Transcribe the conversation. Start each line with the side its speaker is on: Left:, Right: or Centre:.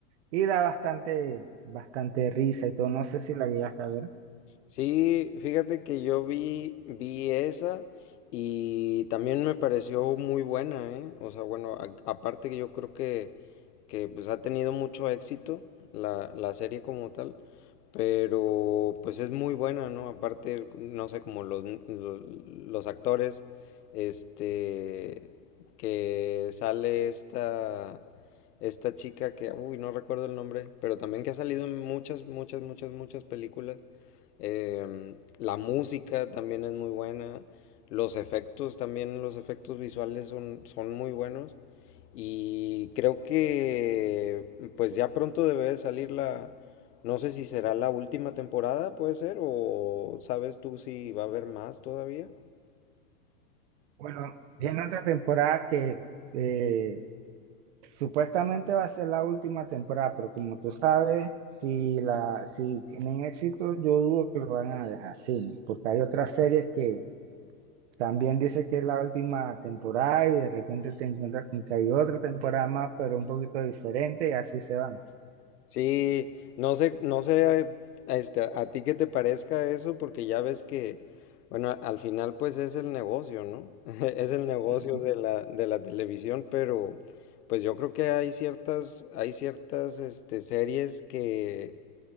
Right: Y da bastante, bastante risa y todo. No sé si la llegaste a ver.
Left: Sí, fíjate que yo vi, vi esa y también me pareció muy buena, ¿eh? O sea, bueno, a- aparte que yo creo que, que pues ha tenido mucho éxito la, la serie como tal, pero pues es muy buena, ¿no? Aparte, no sé, como los, los, los actores, este, que sale esta, esta chica que, uy, no recuerdo el nombre, pero también que ha salido en muchas, muchas, muchas, muchas películas. Em, la música también es muy buena. Los efectos también, los efectos visuales son, son muy buenos. Y creo que pues ya pronto debe de salir la, no sé si será la última temporada, puede ser, o sabes tú si va a haber más todavía.
Right: Bueno, viene otra temporada que eh, supuestamente va a ser la última temporada, pero como tú sabes, si la, si tienen éxito, yo dudo que lo van a dejar así, ¿no? Porque hay otras series que también dice que es la última temporada y de repente te encuentras con que hay otra temporada más, pero un poquito diferente y así se van.
Left: Sí, no sé, no sé este, a ti qué te parezca eso, porque ya ves que, bueno, al final pues es el negocio, ¿no? <laughs> Es el negocio
Right: Ujú.
Left: de la, de la televisión, pero pues yo creo que hay ciertas, hay ciertas, este, series que,